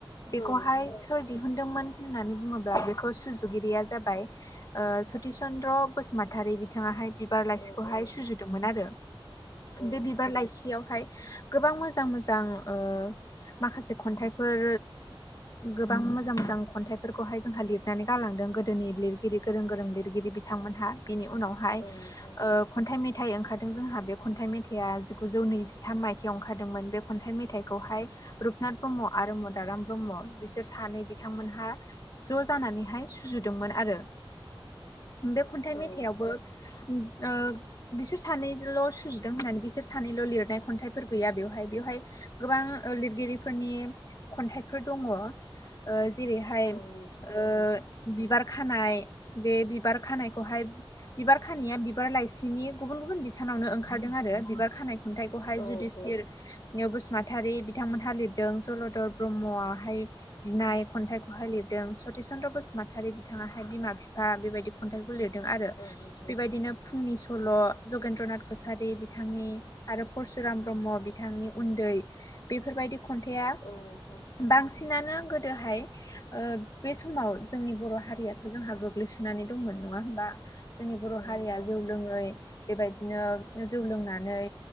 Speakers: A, on the left; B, on the left.
A: बेखौहाय
B: औ नोंथां
A: सोर दिहुनदोंमोन होननानै बुङोब्ला बेखौ सुजुगिरिया जाबाय सतिस चन्द्र बसुमतारी बिथाङाहाय बिबार लाइसिखौहाय
B: औ औ
A: सुजुदोंमोन आरो। बे
B: नोंथां
A: बिबार लाइसियावहाय गोबां मोजां मोजां ओ माखासे खन्थाइफोर गोबां मोजां मोजां खन्थाइफोरखौहाय जोंहा लिरनानै गालांदों गोदोनि लिरगिरि गोरों गोरों लिरगिरि बि बिथांमोनहा बिनि उनावहाय
B: औ नोंथां
A: ओ खन्थाइ मेथाइ ओंखारदों जोंहा बे खन्थाइ मेथाइआ जिगुजौ नैजिथाम माइथाइयाव ओंखारदोंमोन। बे खन्थाइ मेथाइ थाइखौहाय रुपनाथ ब्रह्म आरो मदाराम ब्रह्म बिसोर सानै बिथांमोनहा ज' जानानैहाय सुजुदोंमोन आरो। बे खन्थाइ
B: औ
A: मेथाइआवबो
B: औ
A: उम ओ बिसोर सानैजोंल' सुजुदों होननानै बिसोर सानैल' लिरनाय खन्थाइफोर गैया बेवहाय। बेवहाय गोबां ओ लिरगिरिफोरनि खन्थाइफोर दङ। ओ जेरैहाय ओ
B: नोंथां
A: बिबार खानाय, बे बिबार खानायखौहाय बिबार खानाया बिबार लाइसिनि गुबुन गुबुन बिसानावनो ओंखारदों आरो। बिबार खानायखौ खन्थाइखौहाय
B: औ
A: जुदिस्थिर
B: औ
A: ओ माथारि बिथांमोनहा लिरदों। जलधर ब्रह्मआहाय बिनाय खन्थाइखौहाय लिरदों। सति चन्द्र बसुमतारि बिथाङाहाय बिमा बिफा बेबायदि खन्थाइखौ लिरदों आरो।
B: औ नोंथां
A: बेबायदिनो फुंनि सल' जगेन्द्रनाथ कसारि बिथांनि आरो परसुराम ब्रह्म बिथांनि उन्दै। बेफोरबायदि खन्थाइआ
B: औ नोंथां
A: बांसिनानो गोदोहाय ओ बे समाव जोंनि बर' हारियाथ' जोंहा गोग्लैसोनानै दंमोन नङा होमबा? जोंनि बर'
B: औ
A: हारिया
B: नोंथां
A: जौ लोङै बेबायदिनो जौ लोंनानै